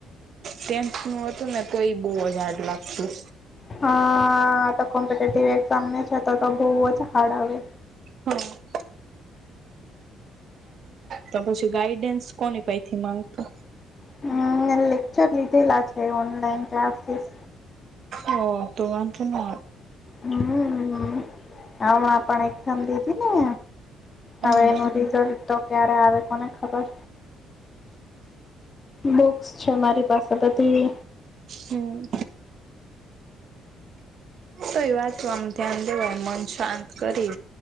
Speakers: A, on the right (about 55°); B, on the left (about 30°).
A: ટેન્ નું હતું ને તો એ બહુ જ હાડ લાગતું
B: હા તો કોમ્પિટેટિવ એઝામ ને છે તો તો બહુ જ હાર્ડ આવે
A: હ તો પછી ગાઈડન્સ કોની પૈ થી માંગતો
B: હ મે લેક્ચર લીધેલા છે ઓનલાઈન ક્લાસીસ
A: હ દકાન તો નય
B: હમ હણા પણ એક સંંદિ ને
A: આવે
B: હવે એનું રિઝલ્ટ તો ક્યારે આવે કોને ખબર બુક્સ છે મારી પાસે બધી
A: હમ હમ તો એ વાંચવામ ધ્યાન દેવા મન શાંત કરી